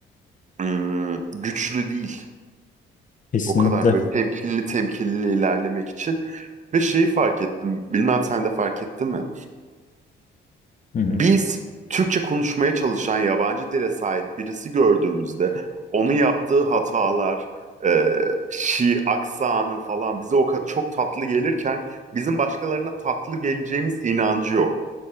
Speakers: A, on the right (about 40°); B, on the left (about 40°).
A: ım, güçlü değil.
B: Kesinlikle.
A: O kadar böyle temkinli temkinli ilerlemek için. Ve şeyi fark ettim. Bilmem sen de fark ettin mi?
B: Hı hı.
A: Biz Türkçe konuşmaya çalışan yabancı dile sahip birisi gördüğümüzde onun yaptığı hatalar, e, şi, aksanı falan bize o kadar çok tatlı gelirken bizim başkalarına tatlı geleceğimiz inancı yok